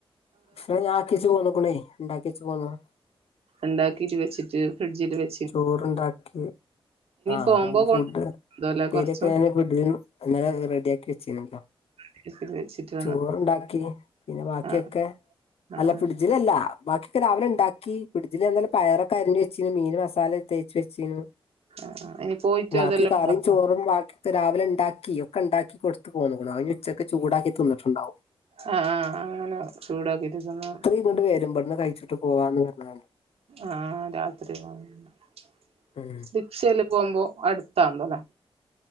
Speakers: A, on the left (about 80°); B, on the right (about 85°).
A: <unintelligible> ഞാ ആക്കേച്ച് പോന്നുക്ക്‌ണേ ഇണ്ടാക്കേച്ച് പോന്നു
B: ഉണ്ടാക്കിട്ട് വെച്ചിട്ട് ഫ്രിഡ്ജിൽ വെ
A: ചോറ്ണ്ടാക്കി. ആ
B: പോവുമ്പോ കൊണ്ട്
A: ഫുഡ്
B: എന്തോലെ
A: ഉപ്പേരിയൊക്കെ
B: കൊറച്ചും
A: ഞാൻ ഫ്രി <unintelligible> ഇന്നലെ റെഡിയാക്കി വെച്ചീന്ട്ടോ.
B: <unintelligible>
A: ചോറുണ്ടാക്കി പിന്നെ ബാക്കിയൊക്കെ
B: ആഹ് ആഹ്
A: അല്ല,
B: ആഹ്
A: ഫിഡ്ജിലല്ല. ബാക്കിയൊക്കെ രാവിലെണ്ടാക്കി ഫ്രഡ്ജിൽ പയറൊക്കെ അരിഞ്ഞു വെച്ചീനിം, മീൻ മസാല തേച്ച് വെച്ചീനി.
B: ആഹ് ഇനി പോയിട്ട്
A: ബാക്കി
B: അതെല്ലാം
A: കറിം,
B: ഉണ്ടാക്കും
A: ചോറും ബാക്കി രാവിലെ ഇണ്ടാക്കി, ഒക്കെ ഇണ്ടാക്കി കൊടുത്തു പോന്നുക്കുണ്. അവനി ഉച്ചക്ക് ചൂടാക്കി തിന്നിട്ടുണ്ടാവും.
B: ആ, ആ അങ്ങനെ ചൂടാക്കീട്ട് തിന്നോളും.
A: ഇങ്ങട്ട് വരും ഇവിടന്ന് കഴിച്ചിട്ട് പോവാന്ന് പറഞ്ഞ <unintelligible>
B: ആ ആ രാത്രി <unintelligible>
A: <unintelligible>
B: ച്ചേല് പോകുമ്പോ അടുത്താണ്ല്ലോലെ.